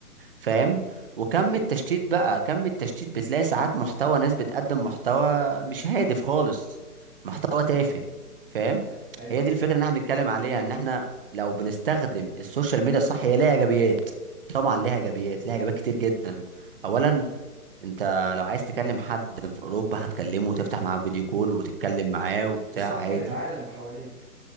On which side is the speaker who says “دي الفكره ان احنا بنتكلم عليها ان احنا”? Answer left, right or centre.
Right